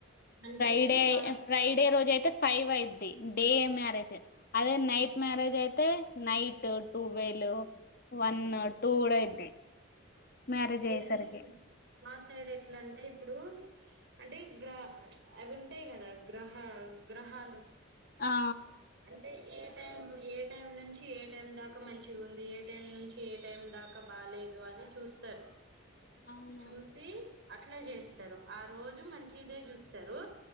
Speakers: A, on the right; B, on the left.
A: అంటే
B: ఫ్రైడే
A: మా
B: ఫ్రైడే రోజు అయితే ఫైవ్ అయిద్ది డే మ్యారేజ్ అదే నైట్ మ్యారేజ్ అయితే నైట్ టూవెేలు వన్ను టూ కూడా అయిద్ది మ్యారేజ్
A: అంతేగాని
B: అయ్యేసరికి
A: మా సైడ్ ఎట్లా అంటే ఇప్పుడు అంటే గ్రా అవి ఉంటాయి కదా గ్రహ గ్రహాలు
B: ఆ ఆ
A: అంటే ఏ టైం ఏ టైం నుంచి ఏ టైం దాకా మంచిగుంది ఏ టైం నుంచి ఏ టైం దాకా బాలేదు అని చూస్ స్తర్
B: అవునా
A: చూసి అట్లా చేస్తారు ఆ రోజు మంచిదే చూస్తారు